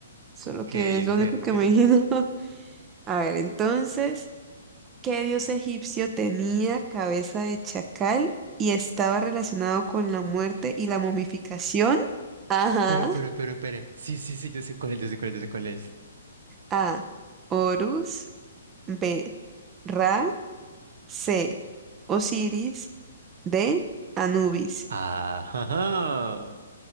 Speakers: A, on the right; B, on the right.
A: Solo
B: Ok,
A: que es
B: ok,
A: lo único
B: ok.
A: que me imagino. <laughs> A ver, entonces. ¿Qué dios egipcio tenía cabeza de chacal y estaba relacionado con la muerte y la momificación? Ajá.
B: Pero, pero, pero, pero. Sí, sí, sí, yo sé cuál es, yo sé cuál es, yo sé cuál es.
A: A. Horus. B. Ra. C. Osiris. D. Anubis.
B: Ajá.